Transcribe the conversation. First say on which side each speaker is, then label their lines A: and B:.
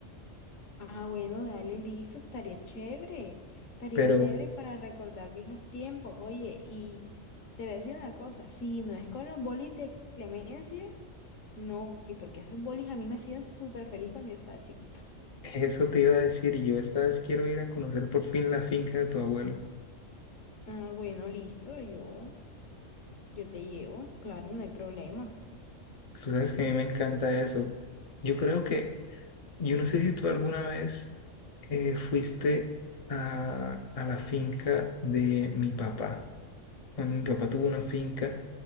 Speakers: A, on the left; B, on the left.
A: Ah, bueno, dale, listo, estaría chévere. Estaría
B: Pero
A: chévere para recordar viejos tiempos. Oye, y te voy a decir una cosa, si no es con los bolis de Clemencia, no voy, porque esos bolis a mí me hacían súper feliz cuando yo estaba chiquita.
B: eso te iba a decir, yo esta vez quiero ir a conocer por fin la finca de tu abuelo.
A: Ah, bueno, listo, yo, yo te llevo, claro, no hay problema.
B: Tú sabes que a mí me encanta eso. Yo creo que, yo no sé si tú alguna vez eh, fuiste a, a la finca de mi papá. Cuando mi papá tuvo una finca,